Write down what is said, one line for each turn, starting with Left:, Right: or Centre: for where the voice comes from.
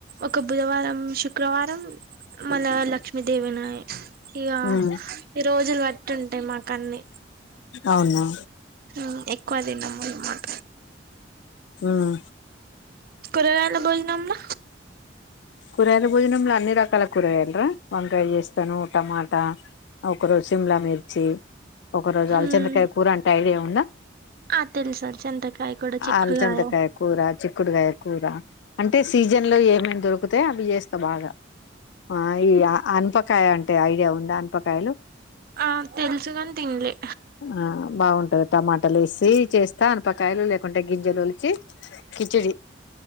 Right: ఒక బుధవారం శుక్రవారం మల్ల లక్ష్మిీ దేవనాయ ఇగ
Left: ఉమ్
Right: ఈ రోజులు బట్టి ఉంటాయి మాకన్ని
Left: అవునా
Right: అ ఎక్కువ తినమ్ అనమాట
Left: ఉం
Right: కురగాలా బోజనమ్ల
Left: కూరగాయల భోజనమ్ల అన్ని రకాల కూరగాయలురా వంకాయ చేస్తాను టమాటా ఒక రోజు సిమ్లా మిర్చి ఒక రోజు అలచంతకాయ
Right: మ్మ్
Left: కూర అంట ఐడియా ఉందా
Right: ఆ తెలుసా చింతకాయ కూడా చిక్కుడుకాయ
Left: అల్చంతకాయ కూర చిక్కుడుగాయ కూర అంటే సీజన్ లో ఏమేమి దొరుకుతె అవి చేస్తా బాగా ఆ ఈ అన్ప కాయ అంటే ఐడియా ఉందా అన్పకాయలు
Right: ఆ తెలుసు కాని తినలే
Left: ఆ బాగుంటది టమాటలెస్ చేస్తా అనపకాయలు లేకుంటే గింజలు ఒలిచి కిచిడి